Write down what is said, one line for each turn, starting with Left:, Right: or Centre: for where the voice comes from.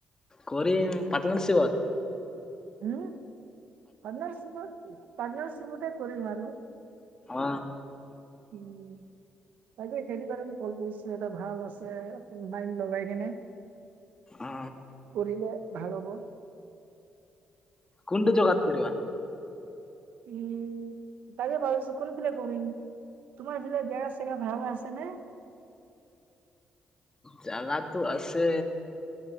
Left: কৰিম, পাৰ্টনাৰশ্বিপত?
Right: উম, পাৰ্টনাৰশ্বিপত, পাৰ্টনাৰশ্বিপতে কৰিম আৰু।
Left: অ
Right: উম বাকী খেতি কাৰণে কল কৰিছোঁ এটা ভাল আছে অনলাইন লগাই কিনে।
Left: অ
Right: কৰিলে ভাল হ'ব।
Left: কোনটো যোগাত কৰিবা?
Right: উম তাকে ভাবিছো কোনফালে কৰিম, তোমাৰ ফালে জেগা চেগা ভাল আছে নে? <inaudible>
Left: জাগাটো আছে?